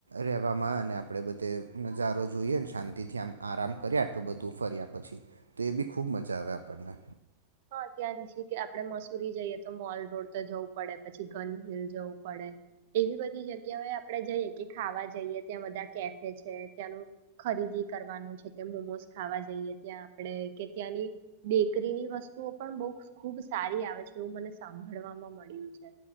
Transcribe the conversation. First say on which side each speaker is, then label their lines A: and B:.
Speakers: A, on the right; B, on the right.
A: રહેવામાં અને આપણે બધે નજારો જોઈએ ને શાંતિથી આમ આરામ કર્યા આટલું બધું ફર્યા પછી તો એ બી ખૂબ મજા આવે આપણને.
B: હા ત્યાં છી કે આપડે મસુરી જઈએ તો મોલ રોડ તો જવું પડે પછી. કન હિલ જવું પડે. એવી બધી જગ્યાઓએ આપણે જઈએ કે ખાવા જઈએ ત્યાં બધા કેફે છે, ત્યાંનું ખરીદી કરવાનું છે કે, મોમોસ ખાવા જઈએ ત્યાં આપણે કે ત્યાંની બેકરીની વસ્તુ ઓ પણ બુક ખુબ સારી આવે છે એવું મને સાંભળવામાં મળ્યું છે,